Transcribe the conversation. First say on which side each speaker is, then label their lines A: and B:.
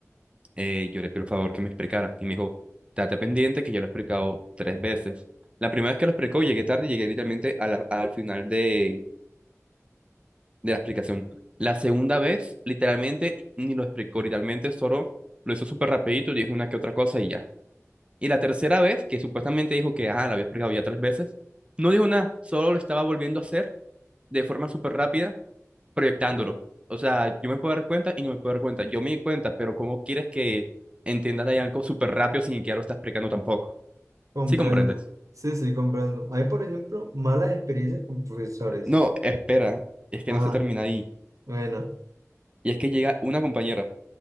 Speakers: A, on the right; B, on the right.
A: eh, yo le pedí el favor que me explicara, y me dijo, date pendiente que yo lo he explicado tres veces. La primera vez que lo explicó, llegué tarde, llegué literalmente a la- al final de, de la explicación. La segunda vez, literalmente, ni lo explicó, literalmente solo lo hizo súper rapidito, dijo una que otra cosa y ya. Y la tercera vez, que supuestamente dijo que, ah, la había explicado ya tres veces, no dijo nada, solo lo estaba volviendo a hacer de forma súper rápida, proyectándolo. O sea, yo me puedo dar cuenta y no me puedo dar cuenta. Yo me di cuenta, pero ¿cómo quieres que entiendas ahí algo súper rápido sin que ya lo estás explicando tampoco?
B: comprendo.
A: ¿Sí comprendes?
B: Sí, sí, comprendo. Hay, por ejemplo, malas experiencias con profesores.
A: No, espera, es que
B: Ajá,
A: no se termina ahí.
B: bueno,
A: Y es que llega una compañera